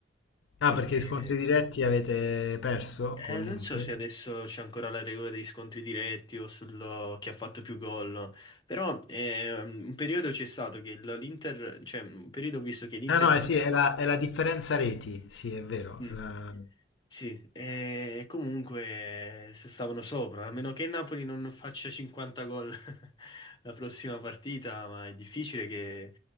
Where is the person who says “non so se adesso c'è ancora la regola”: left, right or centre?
Left